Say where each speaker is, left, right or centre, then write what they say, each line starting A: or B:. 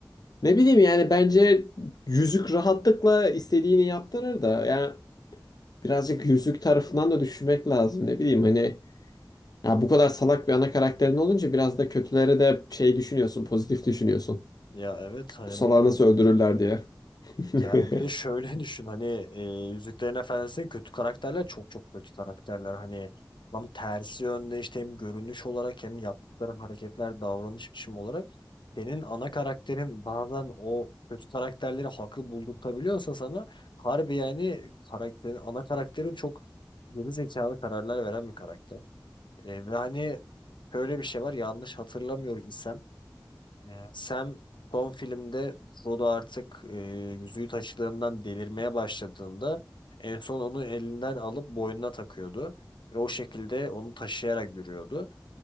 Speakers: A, on the left (about 55°); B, on the left (about 85°).
A: Ne bileyim yani bence yüzük rahatlıkla istediğini yaptırır da yani birazcık yüzük tarafından da düşünmek lazım. Ne bileyim hani ya bu kadar salak bir ana karakterin olunca biraz da kötülere de şey düşünüyorsun pozitif düşünüyorsun.
B: Ya evet hani
A: Bu salağı
B: bu
A: nasıl öldürürler diye. <laughs>
B: Yani bir de şöyle <laughs> düşün hani e, Yüzüklerin Efendisi'nin kötü karakterler çok çok kötü karakterler. Hani tam tersi yönde işte hem görünüş olarak hem yaptıkları hareketler davranış biçimi olarak senin ana karakterin bazen o kötü karakterleri haklı buldurtabiliyorsa sana harbi yani karakterin, ana karakterin çok geri zekalı kararlar veren bir karakter. E, ve hani böyle bir şey var yanlış hatırlamıyor isem ee, Sam son filmde Frodo artık e, yüzüğü taşıdığından delirmeye başladığında en son onu elinden alıp boynuna takıyordu. Ve o şekilde onu taşıyarak yürüyordu.